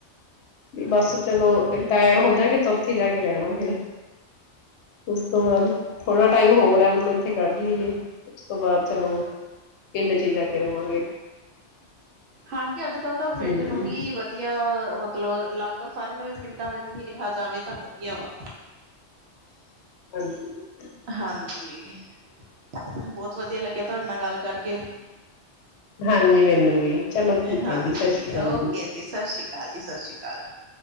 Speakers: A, on the left; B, on the right.
A: ਵੀ ਬਸ ਚਲੋ ਰਿਟਾਇਰ ਹੋ ਜਾਗੇ ਤਾਂ ਉੱਥੇ ਜਾ ਕੇ ਰਹਿਣਾ ਫਿਰ ਉਸ ਤੋਂ ਬਾਅਦ ਥੋੜਾ ਟਾਈਮ ਹੋਰ ਹੈ, ਮਤਲਬ ਇੱਥੇ ਕੱਢ ਲਈਏ ਉਸ ਤੋਂ ਬਾਅਦ ਚਲੋ ਪਿੰਡ ਚ ਹੀ ਜਾ ਕੇ ਰਵਾਂਗੇ।
B: ਹਾਂਜੀ ਅੱਜ ਕੱਲ੍ਹ ਤਾਂ ਪਿੰਡ
A: ਹਮ
B: ਨੂੰ ਹੀ ਵਧੀਆ। ਮਤਲਬ ਲੱਗਦਾ ਸਾਰਿਆਂ ਨੂੰ ਵੀ ਪਿੰਡਾਂ ਵਿੱਚ ਹੀ ਰਿਹਾ ਜਾਵੇ ਤਾਂ ਵਧੀਆ ਵਾ।
A: <inaudible>
B: ਹਾਂਜੀ। ਬਹੁਤ ਵਧੀਆ ਲੱਗਿਆ ਤੁਹਾਡੇ ਨਾਲ ਗੱਲ ਕਰਕੇ
A: ਹਾਂਜੀ ਮੈਨੂੰ ਵੀ ਚਲੋ ਠੀਕ
B: ਹਾਂਜੀ,
A: ਹੈ ਜੀ ਸਤਿ ਸ਼੍ਰੀ ਅਕਾਲ
B: ਓਕੇ ਜੀ ਸਤਿ ਸ਼੍ਰੀ ਅਕਾਲ ਜੀ, ਸਤਿ ਸ਼੍ਰੀ ਅਕਾਲ।